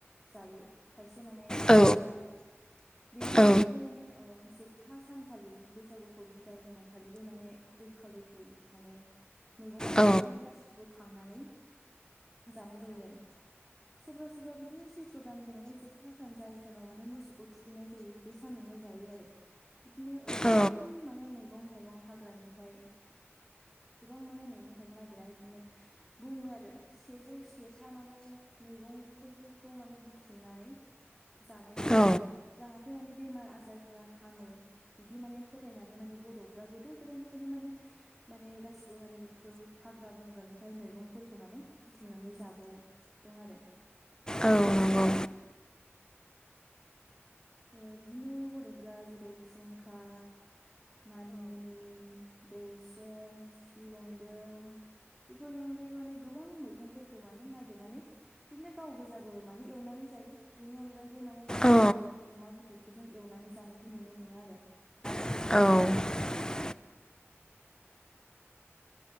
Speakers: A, in the centre; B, on the left (about 15°).
A: जायो खायसे माने सुबुंफोरा
B: औ
A: आरो बेनि
B: औ
A: अनगायैबो माने ओ जोब था सानखालि बैसागुखौ बिदाय होनाय खालिबो माने गोखा गोखै माने मैगंफोरखौ
B: औ
A: माने गासिखौबो खांनानै जानाय जायो आरो सोरबा सोरबा बिदिनो सैथ्र' दाननि माने जोबथा सान जाय सानाव माने मोसौखौ थुखैनाय जायो बे सानावनो जायो आरो बिदिनो ओ
B: औ
A: गोबां माने मैगं थाइगं हाग्रानिफ्राय गोबां माने मैगं-थाइगं नागिरनानै बिदिनो बुङो आरो सेजौ सेथा माने मैगंफोरखौ माने बुथुमनानै जानाय जायो
B: औ
A: जाहाथे माने बेमार आजारफ्रा हामो बिदि माने फोथायनानै माने बर' फोरा‌ गोदो गोदायनिफ्रायनो माने माने गासिबो माने बेफोर हाग्रा बंग्रानिफ्राय मैगंफोरखौ माने बुथुमनानै जाबोदों आरो
B: औ नंगौ
A: ओ बिदिनो बर'फोरा जेरै खुंखा मानिमुनि दौस्रेम, खिफि बेन्दों बेफोरनि अनगायै माने गोबां मैगंफोरखौ माने नागिरनानै बिदिनो गाव गोजा बो माने एवनानै जायो बेनि अनगायैबो माने बर'फोरा
B: औ
A: इदिनो बेदरफोरजों एवनानै जानायखौ नुनो मोनो आरो
B: औ